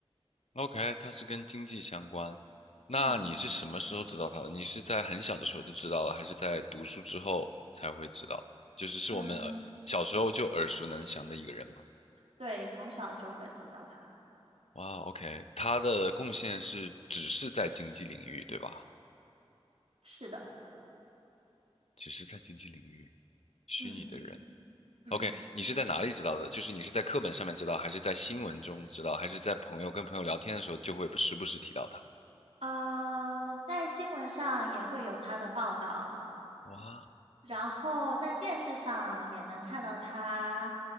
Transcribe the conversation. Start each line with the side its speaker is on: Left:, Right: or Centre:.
Left: OK，它是跟经济相关。那你是什么时候知道它的？
Right: 嗯。
Left: 你是在很小的时候就知道了，还是在读书之后才会知道？就是是我们呃小时候就耳熟能详的一个人嘛。
Right: 嗯，对，从小就会知道他。
Left: 哇，OK，他的贡献是只是在经济领域，对吧？
Right: 是的，
Left: 只是在经济领域，虚拟的人。
Right: 嗯嗯，
Left: OK，你是在哪里知道的？就是你是在课本上面知道，还是在新闻中知道，还是在朋友跟朋友聊天的时候就会时不时提到他？
Right: 呃，在新闻上也会有他的报道，
Left: 哇，
Right: 然后在电视上也能看到他，